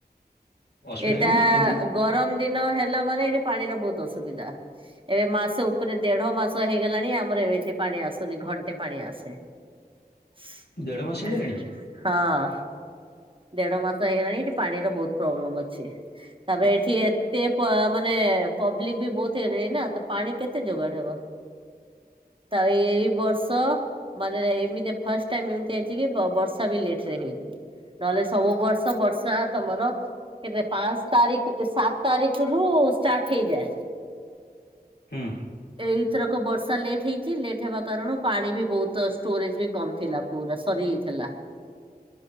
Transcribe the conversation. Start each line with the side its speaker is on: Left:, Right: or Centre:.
Left: ଅସୁବିଧା
Right: ଏଇଟା
Left: କାହିଁ କେମିତି
Right: ଗରମ ଦିନ ହେଲା ମାନେ ଏଇଠି ପାଣିର ବହୁତ ଅସୁବିଧା। ଏବେ ମାସ ଉପରେ ଦେଢ ମାସ ହେଇଗଲାଣି ଆମର ଏମଠି ପାଣି ଆସୁନି ଘଣ୍ଟେ ପାଣି ଆସେ। ହଁ।
Left: ଦେଢ଼ ମାସ ହେଇଗଲାଣି
Right: ଦେଢ ମାସ ହେଇଗଲାଣି ଏଠି ପାଣିର ବହୁତ ପ୍ରୋବ୍ଲେମ ଅଛି। ତାପରେ ଏଠି ଏତେ ପ ମାନେ ପବ୍ଲିକ ବି ବହୁତ ହେଇଲେଣି ନା ତ ପାଣି କେତେ ଯୋଗାଡ ହବ। ତ ଏଇ ବର୍ଷ ମାନେ ଏମିତି ଫାଷ୍ଟ ଟାଇମ ଏମିତି ହେଇଛି କି ବର୍ଷା ବି ଲେଟ ରେ ହେଇଛି। ନହେଲେ ସବୁ ବର୍ଷ ବର୍ଷା ତମର କେବେ ପାଞ୍ଚ ତାରିଖ ସାତ ତାରିଖରୁୁ ଷ୍ଟାର୍ଟ ହେଇଯାଏ।
Left: ହୁଁ।
Right: ଏଇଥରକ ବର୍ଷା ଲେଟ ହେଇଛି ଲେଟ୍ ହେବା କାରଣରୁ ପାଣି ବି ବହୁତ ଷ୍ଟୋରେଜ ବି କମ ଥିଲା। ପୁରା ସରିଆଇଥିଲା।